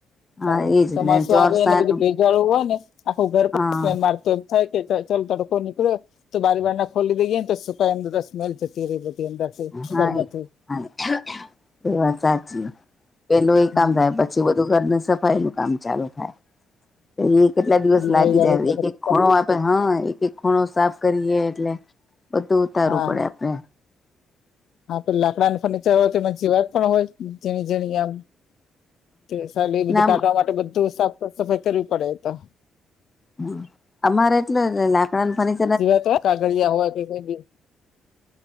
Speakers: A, on the left; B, on the left.
A: હા
B: તારે.
A: એજ
B: ચોમાસું
A: ને ચોરસાનું
B: આવે એને બધું ભેજવાળુ હોય ને આખું ઘર પણ
A: હા
B: સ્મેલ મારતું થાય કે ચલ તડકો નીકળ્યો. તો બારી બારણાં ખોલી દઈએ ને તો સુકાઈને સ્મેલ થતી રે બધી અંદરથી
A: હા
B: ઘરમાંથી
A: એ હા એ <inaudible> વાત સાચી પેલું એ
B: હમ
A: કામ થાય પછી બ ધુ ઘરની સફાઈનું કામ ચાલુ થાય. તો એય કેટલાય દિવસ
B: દિવાળી
A: લાગી
B: આવે
A: જાય
B: એટલે
A: એક
B: પછી
A: એક ખૂણો આપે હા, એક-એક ખૂણો સાફ કરીએ એટલે બધું ઉતારવું
B: હા
A: પડે આપણે.
B: હા તો લાકડાનું ફર્નિચર હોય તો એમાં જીવાત પણ હોય. ઝીણી-ઝીણી આમ <unintelligible> બધું
A: નામ
B: કાઢવા માટે બધું સાફ સાફ-સફાઈ કરવી પડે એ તો.
A: હમ્મ. અમારે એટલે લાકડાનું ફર્નિ
B: જીવાત હોય, કાગળિયા હોય કોઈ બી.